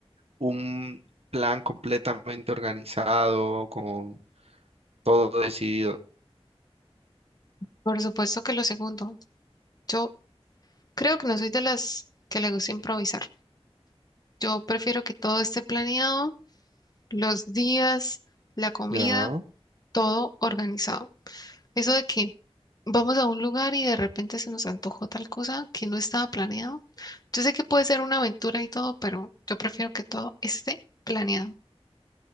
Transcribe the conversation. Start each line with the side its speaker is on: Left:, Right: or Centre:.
Right: un plan completamente organizado, con todo decidido.
Left: Por supuesto que lo segundo. Yo creo que no soy de las que le gusta improvisar. Yo prefiero que todo esté planeado, los días, la comida,
Right: Ya,
Left: todo organizado. ¿Eso de qué? vamos a un lugar y de repente se nos antojó tal cosa que no estaba planeado. Yo sé que puede ser una aventura y todo, pero yo prefiero que todo esté planeado.